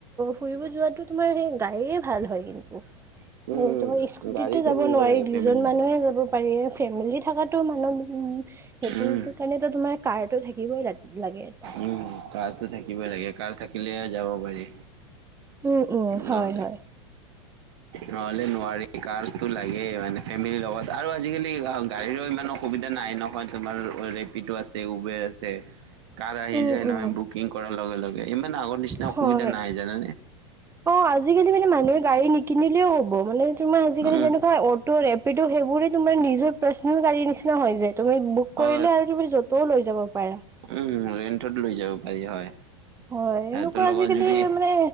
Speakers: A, on the right; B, on the right.
A: ফুৰিব যোৱাতো, তোমাৰ সেই গাড়ীয়ে ভাল হয়, কিন্তু
B: উম
A: অ' তোমাৰ, স্কুটিতো
B: উম গাড়ীতে
A: যাব
B: কৰিব
A: নোৱাৰি!
B: লাগে
A: দুজন
B: ফেমিলি
A: মানুহে যাব। পাৰি ফেমিলি থকাতো, মানুহ উঁ সেইটো
B: উম
A: কাৰণেতো তোমাৰ, কাৰ তো থাকিবই লাগে। এটা।
B: উম' কাৰতো থাকিবই লাগে, কাৰ থাকিলেহে, যাব পাৰি
A: উম, উম,
B: নাক
A: হয়, হয়,
B: নহলে নোৱাৰি, কাৰটো লাগে মানে, ফেমিলিৰ লগত, আৰু আজিকালি গাড়ীৰো, ইমান অসুবিধা নাই নহয়, তোমাৰ ৰেপিডটো, আছে। উবেৰ আছে কাৰ আহি
A: উম,
B: যায়
A: উম,
B: নহয়, বুকিং, কৰাৰ লগে -লগে, ইমান আগৰ নিচিনা
A: হয়,
B: অসুবিধা নাই জানানে
A: অ' আজিকালি মানে, মানুহে গাড়ী, নিকিনিলেও হ'ব মানে তোমাৰ আজিকালি
B: উম
A: যেনেকুৱা, অটো', ৰেপিডো, সেইবোৰে তোমাৰ নিজৰ পাৰ্চনেল, গাড়ীৰ, নিচিনা, হৈ যায়। তুমি বুক কৰিলে,
B: অ
A: আৰু তুমি য'তও, লৈ যাব পাৰা।
B: <unintelligible> তাত লৈ যাব পাৰি, হয়।
A: হয়,
B: সিহঁতৰ
A: এনেকুৱা
B: লগত
A: আজিকালি
B: যদি
A: মানে,